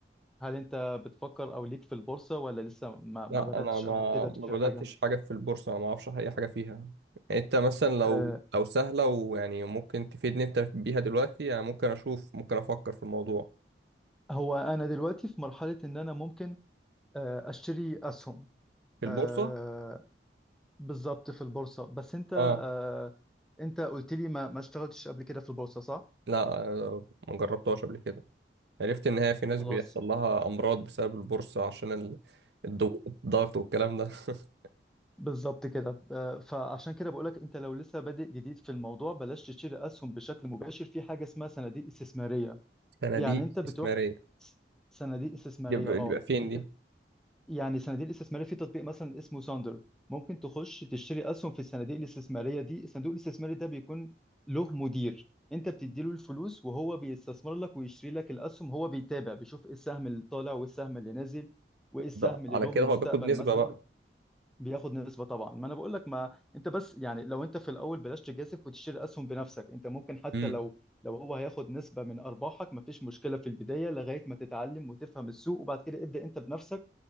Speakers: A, in the centre; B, on the right.
A: هل انت بتفكر او ليك في البورصه ولا لسه ما, ما
B: لا
A: بداتش
B: انا ما
A: قبل كده تشتري
B: ما بداتش
A: حاجه
B: حاجه في البورصه ما اعرفش اي حاجه فيها يعني انت مثلا لو
A: آه
B: لو سهله ويعني ممكن تفيدني انت بيها دلوقتي يعني ممكن اشوف ممكن افكر في الموضوع
A: هو انا دلوقتي في مرحله ان انا ممكن آه اشتري اسهم
B: في البورصه
A: آه بالظبط في البورصه بس انت آه
B: اه
A: انت قلت لي ما ما اشتغلتش قبل كده في البورصه صح
B: لا آه، ما جربتهاش قبل كده عرفت ان هي في
A: خلاص
B: ناس بيحصل لها امراض بسبب البورصه عشان ال- الضغط الضغط والكلام ده <laughs>
A: بالظبط كده آه، فعشان كده بقولك انت لو لسه بادئ جديد في الموضوع بلاش تشتري اسهم بشكل مباشر في حاجه اسمها صناديق استثماريه
B: صناديق
A: يعني انت بتروح
B: استثماريه
A: س- صناديق استثماريه
B: دي بيبقى
A: اه
B: دي بيبقى فين
A: انت
B: دي
A: يعني صناديق الاستثماريه في تطبيق مثلا اسمه ساندر ممكن تخش تشتري اسهم في الصناديق الاستثماريه دي الصندوق الاستثماري ده بيكون له مدير انت بتديله الفلوس وهو بيستثمر لك ويشتري لك الاسهم هو بيتابع بيشوف ايه السهم اللي طالع وايه السهم اللي نازل وايه السهم
B: ده
A: اللي
B: على
A: له
B: كده
A: مستقبل
B: هو بياخد نسبة
A: مثلا
B: بقى
A: بياخد نسبة طبعا ما انا بقول لك ما انت بس يعني لو انت في الاول بلاش تجازف وتشتري اسهم بنفسك انت ممكن حتى
B: امم
A: لو لو هو هياخد نسبة من ارباحك مفيش مشكلة في البداية لغاية ما تتعلم وتفهم السوق وبعد كده ابدأ انت بنفسك